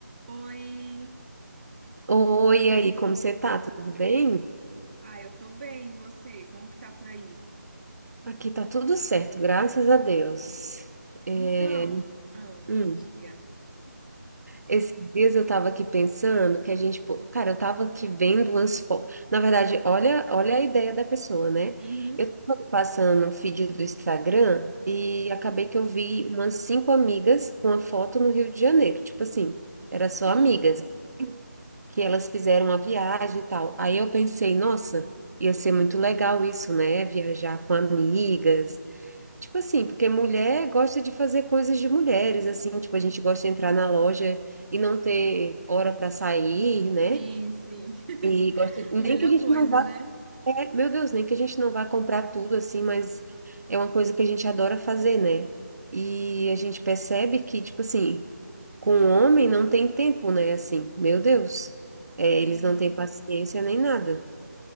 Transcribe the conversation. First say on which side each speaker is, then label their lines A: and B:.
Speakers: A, on the right; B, on the right.
A: Oi,
B: Oi, e aí, como você tá? Tudo bem?
A: ah, eu tô bem, e você? Como que tá por aí?
B: Aqui tá tudo certo, graças a Deus. É,
A: Então, ah,
B: hum,
A: diga.
B: esses dias eu tava aqui pensando que a gente, pô, cara, eu tava aqui vendo umas fotos. Na verdade, olha, olha a ideia da pessoa, né?
A: Uhum.
B: Eu tava passando no feed do Instagram e acabei que eu vi umas cinco amigas com a foto no Rio de Janeiro. Tipo assim, era só
A: Hum,
B: amigas. que elas fizeram a viagem e tal. Aí eu pensei, nossa, ia ser muito legal isso, né? Viajar com amigas. Tipo assim, porque mulher gosta de fazer coisas de mulheres, assim, tipo, a gente gosta de entrar na loja e não ter hora para sair, né?
A: sim, sim. <laughs>
B: E gosta, nem
A: Melhor
B: que a gente
A: coisa,
B: não vá
A: né?
B: é, meu Deus, nem que a gente não vá comprar tudo assim, mas é uma coisa que a gente adora fazer, né? E a gente percebe que, tipo assim, com o homem não tem tempo, né? Assim, meu Deus, é,
A: Sim,
B: eles não têm paciência nem nada.